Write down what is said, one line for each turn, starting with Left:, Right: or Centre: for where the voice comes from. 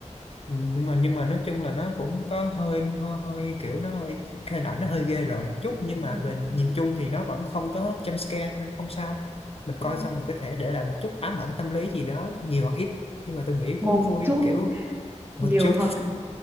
Left: ừ, nhưng mà nhưng mà nói chung là nó cũng có hơi hơi, kiểu nó hơi cái hình ảnh nó hơi ghê rợn một chút nhưng
Right: Ừm,
Left: mà về nhìn chung thì nó vẫn không có jump scare nên không sao mình coi
Right: ừm,
Left: xong mình có thể để lại một chút ám ảnh tâm lý gì đó nhiều hoặc ít nhưng mà tôi nghĩ
Right: Một
Left: cũng vui
Right: chút
Left: kiểu một
Right: nhiều
Left: chút
Right: hoặc